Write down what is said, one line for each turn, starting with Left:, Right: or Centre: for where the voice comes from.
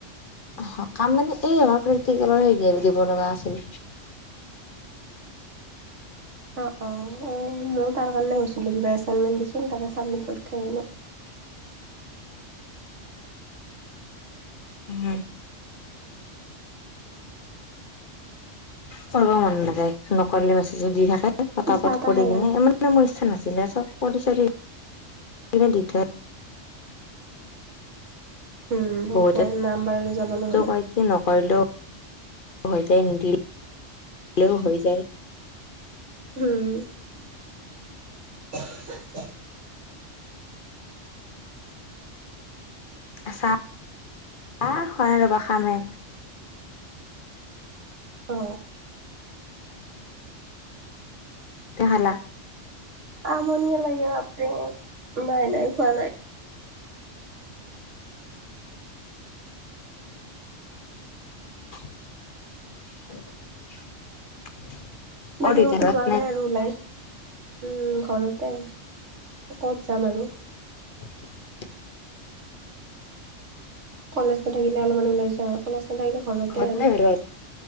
Left: স কাম মানে এই আমাৰ প্ৰেক্টিকেলৰ হেৰি দিব লগা আছিল
Right: <inaudible> অ অ অ ময়ো তাৰ কাৰণে গৈছিলো কিবা এচাইনমেণ্ট দিছিল তাকে চাবমিট কৰি থৈ আহিলোঁ হয়
Left: উম কৰিব মন নাযায় নকলে মাছদি থাকে কত
Right: চাহ
Left: পাত
Right: তাহ
Left: কৰি
Right: খালা
Left: কিনে ইমানে মোৰ ইচ্ছা নাছিলে চব অ দে চাৰিট
Right: উম সেইটোৱে
Left: বহুতে
Right: নাম্বাৰ যাব নহ'লে
Left: ক কি নকৰিলো হৈ যায় নিদিলেও হৈ যায়
Right: উম
Left: চাহ শ ৰবা খামেৰ
Right: অ
Left: দেহলা
Right: আমনিয়ে লাগে বাপে নাই নাই খোৱা নাই <inaudible>
Left: <inaudible>
Right: বাকী
Left: অ দেউতা
Right: কতো
Left: ঘৰত
Right: যোৱা নাই আৰু ওলাই উম ঘৰতে ক'ত যাম আৰু
Left: <inaudible>
Right: কলেজ নাথাকিলে অলপমান ওলাই যা আৰু কলেজ নাথাকিলে ঘৰতে
Left: ঘৰত
Right: আৰু
Left: নাই বেলেগত